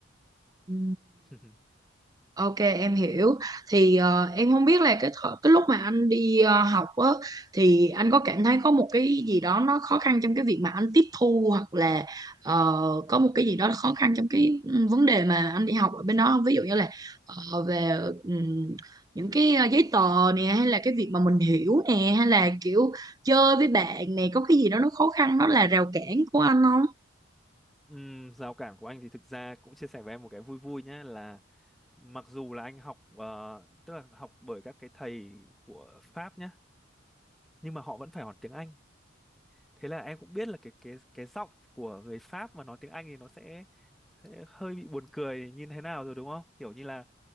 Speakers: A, on the right; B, in the centre.
A: Ừ.
B: <laughs>
A: Ok em hiểu thì ờ, em không biết là cái thợ, cái lúc mà anh đi ờ, học á thì anh có cảm thấy có một cái gì đó nó khó khăn trong cái việc mà anh tiếp thu hoặc là ờ, có một cái gì đó khó khăn trong cái ừ, vấn đề mà anh đi học ở bên đó không? Ví dụ như là ờ, về ừm, những cái ờ, giấy tờ nè hay là cái việc mà mình hiểu nè hay là kiểu chơi với bạn nè có cái gì đó nó khó khăn nó là rào cản của anh không?
B: Ừm, rào cản của anh thì thực ra cũng chia sẻ với em một cái vui vui nhé là mặc dù là anh học ờ, tức là học bởi các cái thầy của Pháp nhé nhưng mà họ vẫn phải học tiếng Anh thế là em cũng biết là cái cái cái giọng của người Pháp mà nói tiếng Anh thì nó sẽ sẽ hơi bị buồn cười như thế nào rồi đúng không kiểu như là